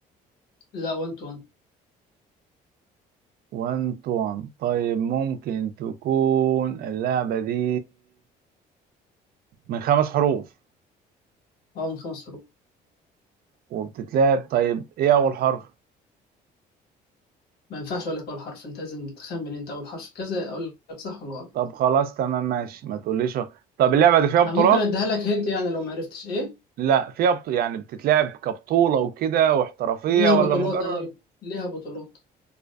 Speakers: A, on the left; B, on the right.
A: لا 1 تو 1
B: 1 تو 1 طيب ممكن تكون اللعبة دي من خمس حروف
A: اه من خمس حروف
B: وبتتلعب طيب ايه اول حرف
A: ما ينفعش اقول لك اول حرف انت لازم تخمن انت اول حرف كذا اقول لك صح ولا غلط
B: طب خلاص تمام ماشي ما تقوليش طب اللعبة دي فيها بطولات
A: أه ممكن اديها لك هنت يعني لو ما عرفتش ايه
B: لا فيها بط... يعني بتتلعب كبطولة وكده واحترافية
A: ليها بطولات
B: ولا مجرد
A: ايوه ليها بطولات